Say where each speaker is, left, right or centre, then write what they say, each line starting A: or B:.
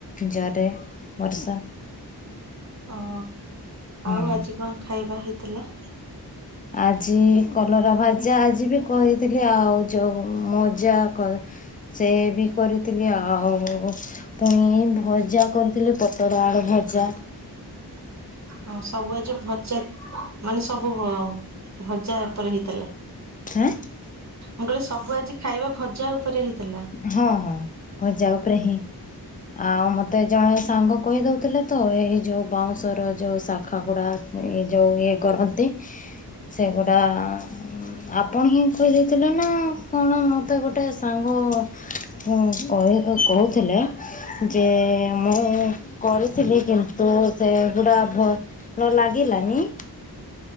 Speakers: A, on the left; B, on the right.
A: ଜୋରେ ବର୍ଷା।
B: ଓ
A: ହୁଁ।
B: ଆଉ ଆଜି କଣ ଖାଇବା ହେଇଥିଲା?
A: ଆଜି କଲରା ଭାଜା ଆଜି ବି କହିଥିଲି ଆଉ ଯୋଉ ମଜା ସେ ବି କରିଥିଲି ଆଉ, - ପୁଣି ଏଇ ଭଜା କରିଥିଲି ପଟଳ ଆଡ ଭଜା।
B: ହଁ ସବୁଆ ଯେ ଭଜା ମାନେ ସବୁ ଆଉ। ଭଜା ଏପରି ହେଇଥିଲା।
A: ଆଁ <inaudible>
B: ମୁଁ କହିଲେ ସବୁ ଆଜି ଖାଇବା ଭଜା ଉପରେ ହେଇଥିଲା।
A: ହଁ ହଁ ମୁଁ ଯାଉ ଉପ ହିଁ-। ଆଉ ମତେ ଜଣେ ସାଙ୍ଗ କହି ଦଉଥିଲେ ତ ଏଇ ଯୋଉ ବାଉଁଶର ଯୋଉ ଶାଖାଗୁଡା- ଏଇ ଯେଉଁ ଇଏ କରନ୍ତି।
B: <inaudible> <unintelligible>
A: ସେଗୁଡା- ଆପଣ ହିଁ କହିଦେଇଥିଲେ ନା କଣ ମତେ ଗୋଟେ ସାଙ୍ଗ- ହ କହିବେ କହୁଥିଲେ। ଯେ ମୁଁ କରିଥିଲି। କିନ୍ତୁ ସେଗୁଡା- ଭଲ ଲାଗିଲାନି।